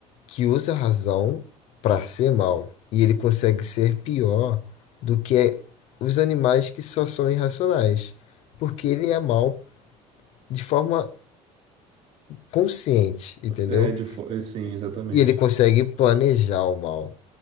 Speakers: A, on the left; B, on the right.
A: que usa a razão pra ser mal. E ele consegue ser pior do que os animais que só são irracionais. Porque ele é mal de forma consciente, entendeu?
B: É, de, fo- é, sim, exatamente.
A: E ele consegue planejar o mal.